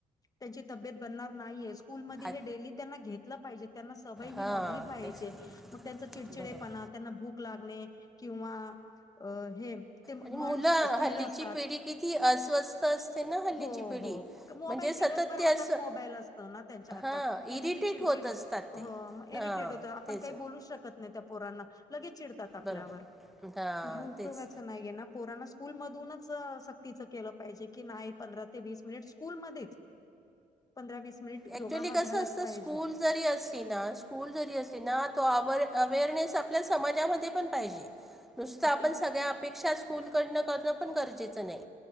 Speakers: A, on the left; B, in the centre.
A: त्यांची तबेत बनणार नाहीये. स्कूल मध्ये हे
B: आज
A: डेली त्यांना घेतलं पाहिजे त्यांना सवय ही
B: हां
A: लागली पाहिजे.
B: तेच तर
A: मग त्यांचा चिडचिडेपणा
B: बरोबर
A: त्यांना भूक लागणे किंवा हे
B: आणि
A: मन
B: मुलं
A: स्थिर
B: हल्लीची
A: असतात
B: पिढी किती अस्वस्थ असते ना हल्लीची
A: हो
B: पिढी.
A: हो मोबाईल
B: म्हणजे सतत
A: दिवसभर
B: ते
A: हातात
B: असं
A: मोबाईल असतो ना त्यांच्या हातात
B: हां
A: त्यांनी
B: इरिटेट
A: ती चिडचिड
B: होत असतात
A: हो
B: ते
A: मग इरिटेड
B: हां
A: होत आपण
B: तेच
A: काही बोलू शकत नाही त्या पोरांना लगेच चिड तात आपल्यावर
B: बरोबर हां
A: मग हे उपयोगच
B: तेच
A: नाहीयेना. पोरांना स्कूल मधूनच सक्तीच केलं पाहिजे की नाही पंधरा ते वीस मिनिट स्कूलमध्येच पंधरा वीस मिनिट
B: ॲक्च्युली
A: योगा हा
B: कसं
A: झालाच
B: असतं
A: पाहिजे.
B: स्कूल जरी असली ना स्कूल जरी असली ना तो अ अवेअरनेस आपल्या समाजामध्ये पण पाहिजे. नुसत
A: आपल्या
B: आपण सगळ्या अपेक्षा स्कूलकडन करणं पण गरजेचं नाही.